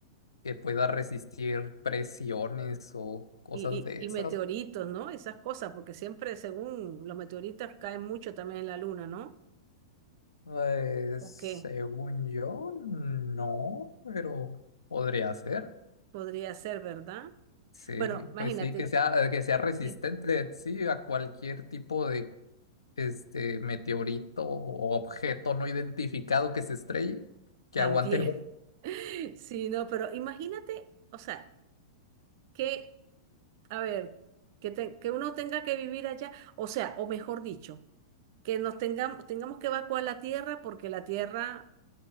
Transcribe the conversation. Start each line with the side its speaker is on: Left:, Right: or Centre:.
Left: que pueda resistir presiones o cosas
Right: Y,
Left: de
Right: y,
Left: esas.
Right: y meteoritos, ¿no? Esas cosas, porque siempre, según los meteoritos, caen mucho también en la luna, ¿no?
Left: Eh,
Right: ¿O
Left: según
Right: qué?
Left: yo, no, pero podría ser.
Right: Podría ser, ¿verdad?
Left: Sí,
Right: Bueno, imagínate,
Left: pues sí, que sea, que sea resistente,
Right: sí,
Left: sí, a cualquier tipo de este meteorito o objeto no identificado que se estrelle, que
Right: también.
Left: aguante golpe.
Right: <laughs> Sí, no, pero imagínate, o sea, que, a ver, que, te- que uno tenga que vivir allá, o sea, o mejor dicho, que nos tengamos, tengamos que evacuar la Tierra porque la Tierra